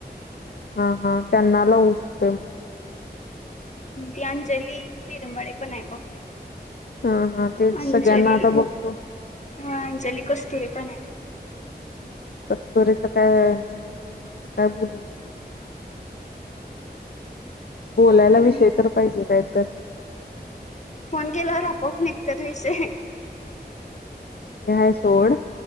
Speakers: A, on the left; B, on the left.
A: हा हा त्यांना लाऊ शकतो.
B: ती अंजली निर्मळे पण आहे बघ.
A: हा हा तेच
B: अंजली
A: सगळ्यांना आता बघतो.
B: अंजली कस्तुरी पण आहे
A: कस्तुरीचा काय नंबर नाय सोड काय बोलू तिच्यासोबत. <inaudible> बोलायला
B: हम्म,
A: विषय तर पाहिजे काय तर
B: फोन केल्यावर आपोआप त्यातलीच आहे.
A: ते हाय सोड.